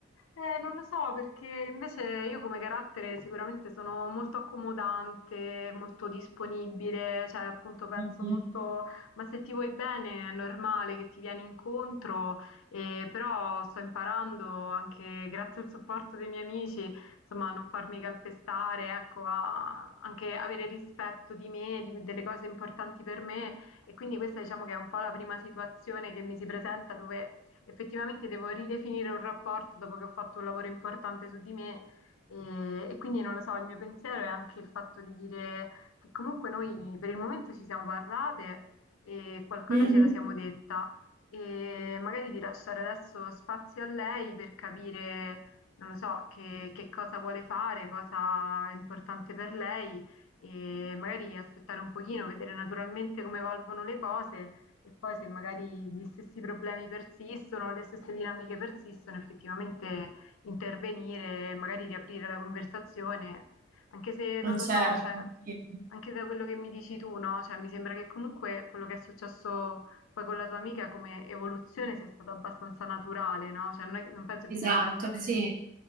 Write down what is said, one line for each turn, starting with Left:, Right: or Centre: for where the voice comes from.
Left: eh, non lo so, perché invece io come carattere sicuramente sono molto accomodante, molto disponibile, cioè appunto penso
Right: Mhm.
Left: molto, ma se ti vuoi bene è normale che ti vieni incontro, e però sto imparando anche grazie al supporto dei miei amici, insomma, a non farmi calpestare, ecco, a anche avere rispetto di me, di, delle cose importanti per me e quindi questa diciamo che è un po' la prima situazione che mi si presenta dove effettivamente devo ridefinire un rapporto dopo che ho fatto un lavoro importante su di me e, e quindi non lo so, il mio pensiero è anche il fatto di dire che comunque noi per il momento ci siamo parlate e qualcosa
Right: Mhm.
Left: ce la siamo detta e magari di lasciare adesso spazio a lei per capire, non lo so, che, che cosa vuole fare, cosa è importante per lei e magari aspettare un pochino, vedere naturalmente come evolvono le cose e poi se magari gli stessi problemi persistono, le stesse dinamiche persistono, effettivamente intervenire, magari riaprire la conversazione, anche se
Right: Ma
Left: non lo
Right: certo,
Left: so, cioè,
Right: sì.
Left: anche da quello che mi dici tu, no? Cioè, mi sembra che comunque quello che è successo poi con la tua amica come evoluzione sia stato abbastanza naturale, no? Cioè, non, è- non penso che
Right: Esatto,
Left: vi siete parlate
Right: sì.